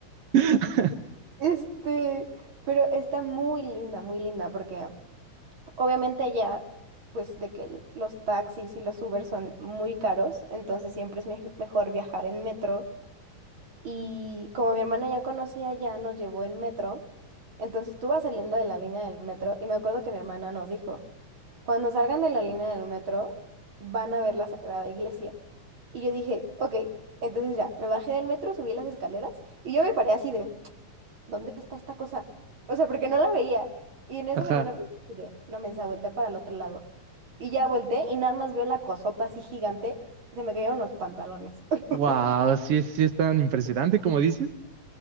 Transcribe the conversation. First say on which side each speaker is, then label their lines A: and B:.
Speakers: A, on the right (about 65°); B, on the right (about 40°).
A: <laughs>
B: este, pero está muy linda, muy linda, porque obviamente allá, pues de que los taxis y los Uber son muy caros, entonces siempre es mej- mejor viajar en metro. Y como mi hermana ya conocía, ya nos llevó en metro. Entonces tú vas saliendo de la línea del metro y me acuerdo que mi hermana nos dijo. Cuando salgan de la línea del metro, van a ver la Sagrada Iglesia. Y yo dije, ok, entonces ya, me bajé del metro, subí las escaleras y yo me paré así de, ¿dónde está esta cosa? O sea, porque no la veía. Y en eso
A: Ajá.
B: mi hermana me dijo así de, no mensa, voltea para el otro lado. Y ya volteé y nada más veo la cosota así gigante, se me cayeron los pantalones. <laughs>
A: Wow, sí, es- sí es tan impresionante como dicen.